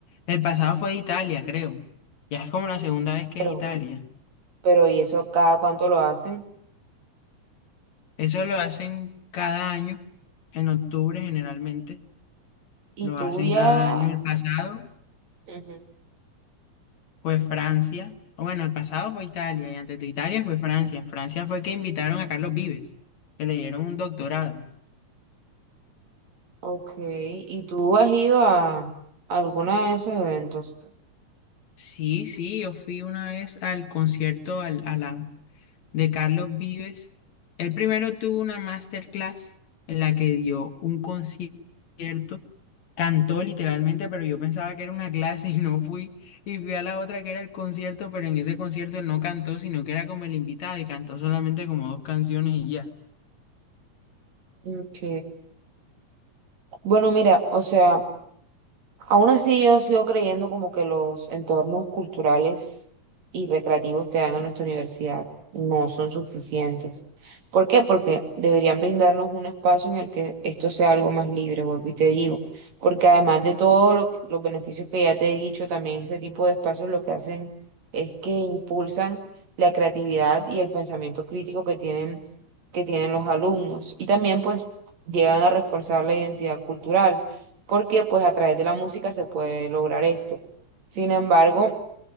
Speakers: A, on the left (about 70°); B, on the right (about 65°).
A: El pasado fue Italia, creo. Ya es como la segunda vez que
B: Pero,
A: es Italia.
B: pero ¿y eso cada cuánto lo hacen?
A: Eso lo hacen cada año, en octubre generalmente,
B: Y
A: lo
B: tú
A: hacen
B: ya...
A: cada año. El pasado
B: Ujú.
A: fue Francia, o bueno, el pasado fue Italia y antes de Italia fue Francia. En Francia fue que invitaron a Carlos Vives, que le dieron un doctorado.
B: Ok, ¿y tú has ido a alguno de esos eventos?
A: Sí, sí, yo fui una vez al concierto, al, a la, de Carlos Vives. Él primero tuvo una masterclass en la que dio un concierto, cantó literalmente, pero yo pensaba que era una clase y no fui. Y fui a la otra que era el concierto, pero en ese concierto él no cantó, sino que era como el invitado y cantó solamente como dos canciones y ya.
B: Ok. Bueno, mira, o sea... Aún así, yo sigo creyendo como que los entornos culturales y recreativos que dan a nuestra universidad no son suficientes. ¿Por qué? Porque deberían brindarnos un espacio en el que esto sea algo más libre, vuelvo y te digo, porque además de todos lo- los beneficios que ya te he dicho, también este tipo de espacios lo que hacen es que impulsan la creatividad y el pensamiento crítico que tienen, que tienen los alumnos y también pues llegan a reforzar la identidad cultural porque pues a través de la música se puede lograr esto. Sin embargo,